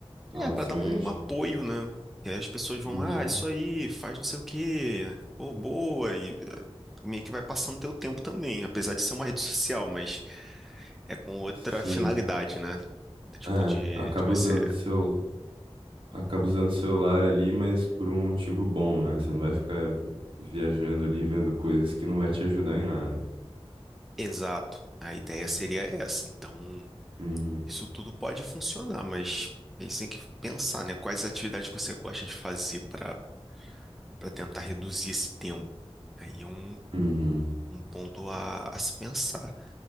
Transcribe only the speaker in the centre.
É, para
dar um apoio, né? Que aí as pessoas vão,
ah, isso aí, faz não sei o quê, pô, boa, e eh, meio que vai passando teu tempo também, apesar de ser uma rede social, mas é com outra
finalidade, né? Tipo,
de,
de você.
Exato. A ideia seria essa. Então,
isso tudo pode funcionar, mas aí você tem que pensar, né? Quais atividades que você gosta de fazer para para tentar reduzir esse tempo. Aí é um,
um ponto a, a se pensar.